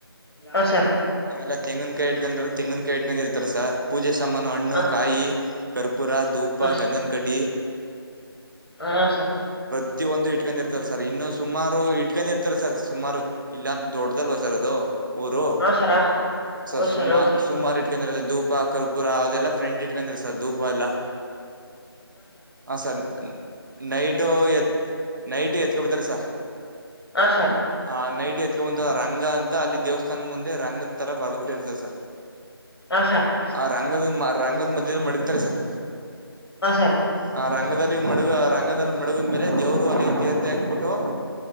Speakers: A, on the left; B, on the right.
A: ಹಾ ಸರ್
B: ಆಮೇಲೆ ತೆಂಗನ್ಕಾಯಿ ತಂಗಿನ ಕಾಯಿ ಇಕೊಂಡ ಇರ್ತ ಸ ಪೂಜೆ ಚಮ್ಮನ ಹಣ್ಣು
A: ಹಾ
B: ಕಾಯಿ ಕರ್ಪೂರ ಧೂಪ
A: ಸರ್
B: ಗಂಧನ ಕಡ್ಡಿ
A: ಹಾ ಸ
B: ಪ್ರತ್ತ ಒಂದು ಇಟ್ಕಿ ಇರ್ತಾರೆ ಸರ್ ಇನ್ನು ಸುಮಾರು ಇಟ್ಕೊಂಡ್ ಇರ್ತಾರೆ ಸರ್ ಸುಮಾರು ಇಲ್ಲಾಂತ ದೊಡ್ಡ್ದಲ್ವಾ ಸರ್ ಅದು ಊರು
A: ಹಾ ಸರ್
B: ಸ
A: ಹೌದು
B: ಸುಮಾ
A: ಸರ್ ಹೌದು ಸರ್
B: ಸುಮಾರು ಇಟ್ಕೊಂಡ್ರ ಅದ ದೂಪ ಕರ್ಪೂರ ಅವದೆಲ್ಲಾ ಫ್ರೆಂಡ್ ಇಟ್ಕೊಂಡ್ರ ಸರ್ ಧೂಪ ಎಲ್ಲಾ ಹಾ ಸರ್ ನೈಟು
A: ಹಾ
B: ಎ ನೈಟ್ ಎತ್ಕಬತಾರಸ
A: ಸರ್ ಹಾ ಸರ್
B: ಆ ನೈಟ್ ಎತ್ಕ ಬಂದು ರಂಗ ಅಂತ ಅಲ್ಲಿ ದೇವಸ್ಥಾನ ಮುಂದೆ ರಂಗ ತರ ಬರ್ಟ್ಟಿರ್ತದೆ ಸ
A: ಹಾ
B: ಆ ರಂಗದಂದ ರಂಗದ ಮಧ್ಯ ಮಡಗ್ತಾರೆ ಸರ್
A: ಸರ್
B: ಹ ರಂಗ ಮಡಗ ರಂಗದಲ್ಲಿ ಮಡಗದ ಮೇಲೆ ದೇವರು ಅಲ್ಲಿ ತೀರ್ಥ ಹಾಕ್ಬಿಟ್ಟು